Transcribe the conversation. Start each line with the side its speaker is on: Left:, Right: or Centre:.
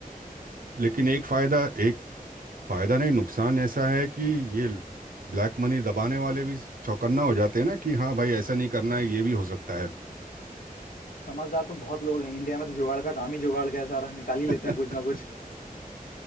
Right: लेकिन एक फायदा एक फायदा नहीं नुकसान ऐसा है कि ये ब्लैक मनी दबाने वाले भी चौकन्ना हो जाते हैं ना कि हाँ भाई ऐसा नहीं करना है ये भी हो सकता है
Left: समझदार तो बहुत लोग हैं इंडिया में तो जुगाड़ का काम ही जुगाड़ का है सारा निकाल ही
Right: <laughs>
Left: लेते हैं कुछ ना कुछ